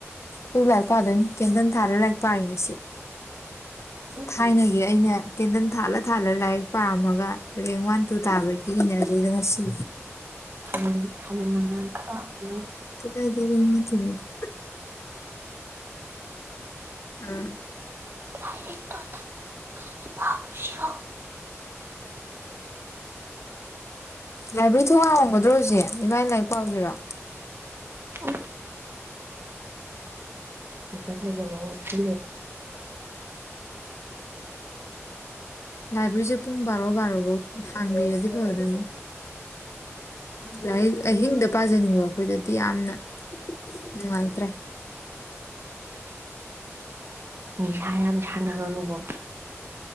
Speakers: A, on the left; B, on the right.
A: ꯇ ꯂꯥꯛ ꯄꯗꯅꯤ ꯀꯦꯟꯇꯅꯤ ꯊꯥꯔꯂ ꯂꯥꯛꯄꯒꯦ ꯁꯤ
B: ꯎꯝ
A: ꯊꯥꯏꯅꯒꯤꯦ ꯑꯩꯅ ꯀꯦꯟꯗꯜ ꯊꯥꯜꯂ ꯊꯥꯜꯂ ꯂꯥꯏ ꯄꯥꯝꯃꯒ ꯔꯦꯡ ꯋꯥꯟ ꯇꯨ ꯊꯥꯕꯒꯤ ꯏꯅꯔꯖꯤꯗ ꯉꯁꯤ
B: ꯊꯥꯕꯜ ꯊꯥꯕꯜ ꯃꯉꯥꯟꯗꯣ ꯄꯥꯎꯁꯤꯔꯣ
A: ꯀꯗꯥꯥꯏꯗꯒꯤꯔ ꯃꯥꯊꯨꯔ ꯑꯗꯨ ꯑꯥ
B: ꯂꯥꯏꯔꯤꯛꯇꯣ ꯇꯞꯅ ꯄꯥꯔꯨꯁꯤꯔꯣ
A: ꯂꯥꯏꯕ꯭ꯔꯔꯤ ꯊꯣꯡ ꯂ ꯍꯝꯒꯗ꯭ꯔꯣ ꯍꯧꯖꯤꯛ ꯏꯃꯥꯏ ꯂꯥꯏꯔꯤꯛ ꯄꯥꯎꯁꯤꯔꯣ
B: ꯎꯝ ꯐꯖ ꯐꯖ ꯃ ꯐ
A: ꯂꯥꯏꯕ꯭ꯔꯦꯔꯤꯁꯦ ꯄꯨꯡ ꯕꯥꯔꯣ ꯕꯥꯔꯣꯐꯧ ꯍꯥꯡꯕꯤꯔꯗꯤ ꯐꯒꯗꯕꯅꯤ ꯂꯥꯏꯔꯤꯛ ꯑꯍꯤꯡꯗ ꯄꯥꯖꯅꯤꯡꯕ ꯑꯩꯈꯣꯏꯗꯗꯤ ꯌꯥꯝꯅ ꯎꯝ ꯅꯨꯡꯉꯥꯏꯇ꯭ꯔꯦ
B: ꯅꯤꯁꯥ ꯌꯥꯝ ꯁꯥꯟꯅꯒꯅꯨꯀꯣ